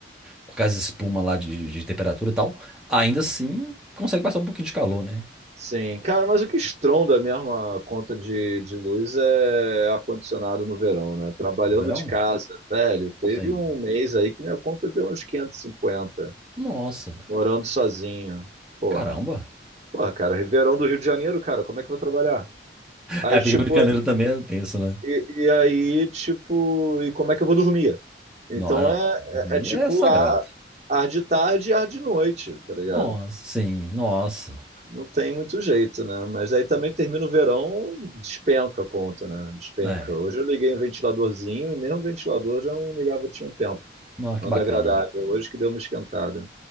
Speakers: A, in the centre; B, on the right (about 35°).
A: com aquelas espuma lá de, de temperatura e tal, ainda assim consegue passar um pouquinho de calor, né?
B: Sim, cara, mas o que estronda mesmo a conta de, de luz é ar-condicionado no verão, né? Trabalhando
A: No verão?
B: de casa, velho, teve
A: Sim.
B: um mês aí que minha conta deu uns 550
A: Nossa, velho.
B: morando sozinho. Porra.
A: caramba.
B: Porra, cara, verão do Rio de Janeiro, cara, como é que eu vou trabalhar? Aí,
A: É, porque
B: tipo,
A: o Rio de Janeiro também é tenso, né?
B: e, e aí, tipo, e como é que eu vou dormir? Então
A: Não, não.
B: é,
A: Dormir
B: é, é tipo
A: é sagrado.
B: ar, ar de tarde e ar de noite, tá ligado?
A: Nossa, sim, nossa.
B: Não tem muito jeito, né? Mas aí também termina o verão, despenca a conta, né? Despenca.
A: É.
B: Hoje eu liguei um ventiladorzinho, e mesmo o ventilador já não ligava, tinha um tempo.
A: Não, que
B: Anda
A: bacana.
B: agradável. Hoje que deu uma esquentada.